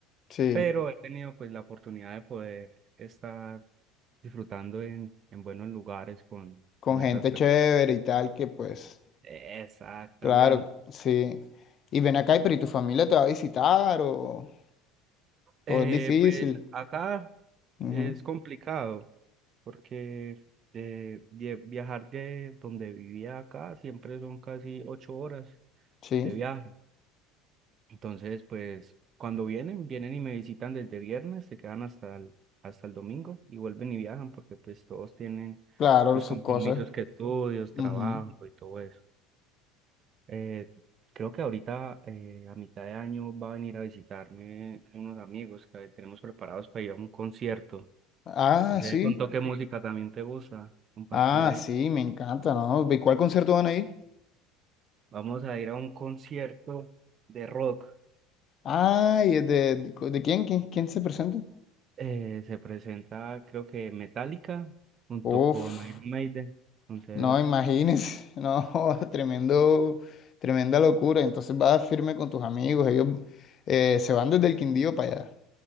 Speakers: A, on the left; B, on the right.
A: Sí.
B: Pero he tenido pues la oportunidad de poder estar disfrutando en, en buenos lugares con,
A: Con
B: con
A: gente
B: esas personas.
A: chévere y tal, que pues,
B: Exactamente.
A: claro, sí. Y ven acá, y pero ¿y tu familia te va a visitar o, o
B: Eh,
A: es difícil?
B: pues acá
A: Ujú,
B: es complicado porque de, de viajar de donde vivía acá siempre son casi ocho horas
A: Sí,
B: de viaje. Entonces, pues cuando vienen, vienen y me visitan desde viernes, se quedan hasta el, hasta el domingo y vuelven y viajan porque pues todos tienen
A: claro,
B: sus
A: sus
B: compromisos
A: cosas.
B: que estudios,
A: Ujú.
B: trabajo y todo eso. Eh, creo que ahorita eh, a mitad de año va a venir a visitarme unos amigos que tenemos preparados para ir a un concierto.
A: Ah,
B: No sé
A: sí.
B: de pronto qué Vale. música también te gusta compartir
A: Ah,
B: ahí.
A: sí, me encanta, ¿no? ¿Y cuál concierto van a ir?
B: Vamos a ir a un concierto de rock.
A: Ay, ¿es de, de, de quién? ¿Quién, quién se presenta?
B: Eh, se presenta, creo que Metallica junto
A: Uf.
B: con Iron Maiden. Entonces,
A: No, imagínense, <laughs> no, tremendo, tremenda locura. Entonces vas firme con tus amigos, ellos eh, se van desde el Quindío para allá.